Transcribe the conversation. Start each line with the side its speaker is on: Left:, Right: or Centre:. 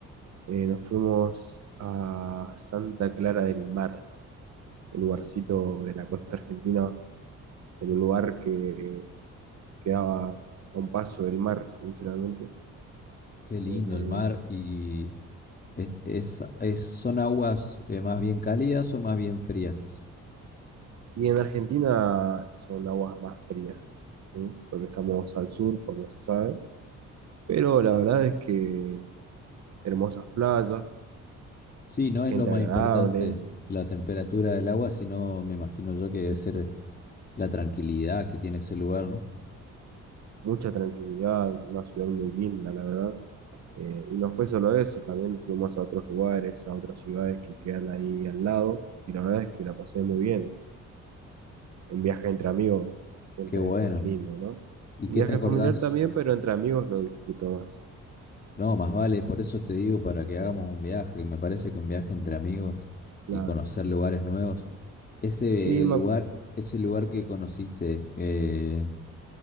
Right: eh, nos fuimos a Santa Clara del Mar, un lugarcito de la costa argentina en un lugar que quedaba a un paso del mar, sinceramente.
Left: Qué lindo
Right: Eh,
Left: el mar y es, es- es- ¿son aguas eh, más bien cálidas o más bien frías?
Right: y en Argentina son aguas más frías, ¿sí? Porque estamos al sur, pues no se sabe. Pero la verdad es que hermosas playas,
Left: Sí, no es
Right: gente
Left: lo más
Right: agradable,
Left: importante la temperatura del agua, sino me imagino yo que debe
Right: sí,
Left: ser la tranquilidad que tiene ese lugar, ¿no?
Right: mucha tranquilidad, una ciudad muy linda, la verdad. Eh, y no fue solo eso, también fuimos a otros lugares, a otras ciudades que quedan ahí al lado, y la verdad es que la pasé muy bien. Un viaje entre amigos siempre
Left: Qué bueno.
Right: es más lindo, ¿no?
Left: ¿Y
Right: Un
Left: qué
Right: viaje
Left: te acordás?
Right: familiar también, pero entre amigos lo disfruto más.
Left: No, más vale, por eso te digo, para que hagamos un viaje. Me parece que un viaje entre amigos
Right: Claro.
Left: y conocer lugares nuevos. Ese
Right: Y, me
Left: lugar,
Right: ac-
Left: ese lugar que conociste, eh,